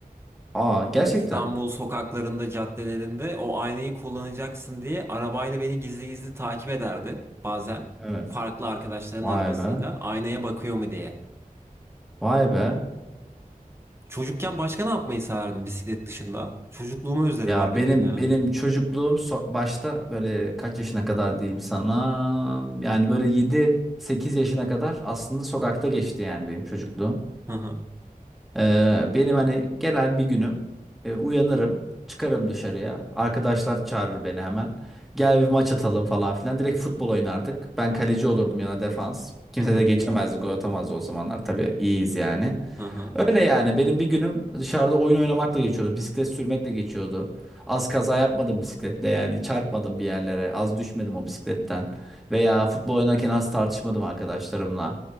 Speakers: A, in the centre; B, on the right.
A: Aa gerçekten.
B: İstanbul sokaklarında, caddelerinde o aynayı kullanacaksın diye arabayla beni gizli gizli takip ederdi bazen.
A: Evet.
B: Farklı arkadaşların
A: Vay
B: arabasıyla
A: be.
B: aynaya bakıyor mu diye.
A: Vay be.
B: Çocukken başka ne yapmayı severdim bisiklet dışında? Çocukluğumu özledim
A: Ya
B: harbiden
A: benim
B: ya.
A: benim çocukluğum so- başta böyle kaç yaşına kadar diyeyim sana yani böyle yedi sekiz yaşına kadar aslında sokakta geçti yani benim çocukluğum.
B: Hı hı,
A: Ee, benim hani genel bir günüm e, uyanırım çıkarım dışarıya arkadaşlar çağırır beni hemen gel bir maç atalım falan filan direkt futbol oynardık ben kaleci olurdum ya da defans kimse
B: hı hı,
A: de geçemezdi gol atamazdı o zamanlar tabii iyiyiz yani.
B: hı hı.
A: Öyle yani. Benim bir günüm dışarıda oyun oynamakla geçiyordu. Bisiklet sürmekle geçiyordu. Az kaza yapmadım bisikletle yani. Çarpmadım bir yerlere. Az düşmedim o bisikletten. Veya futbol oynarken az tartışmadım arkadaşlarımla.